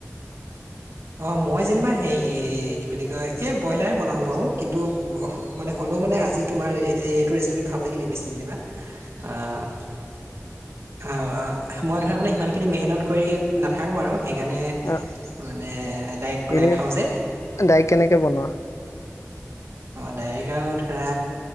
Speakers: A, on the right (about 60°); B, on the left (about 70°).
A: অ', মই যেনিবা হে, কি বুলি কয় এই ব্ৰইলাৰে বনাওঁ বাৰু কিন্তু মানে মানে আজি তোমাৰ এইটো ৰেচিপি ভাল লাগিলে বেছি যেনিবা। অ - অ মই ধৰা মানে সিমান খিনি মেহনত কৰি নাথাকো আৰু। সেইকাৰণে
B: অ
A: মানে ডাইৰেক্ট বনাই
B: এনে
A: খাও যে।
B: ডাইৰেক্ট কেনেকে বনোৱা
A: অ, ডাইৰেক্ট আৰু ধৰা